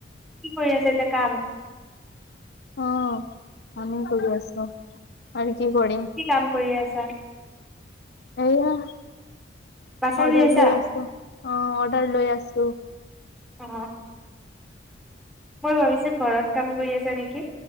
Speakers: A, in the centre; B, on the left.
A: কি কৰি আছা এতিয়া কাম।
B: অ কাম কৰি আছো আৰু কি কৰিম।
A: কি কাম কৰি আছা।
B: এয়া
A: বাচন
B: অৰ্ডাৰ
A: ধুই আছা?
B: লৈ আছো অ অৰ্ডাৰ লৈ আছো।
A: অ। মই ভাবিছো ঘৰত কাম কৰি আছা নেকি।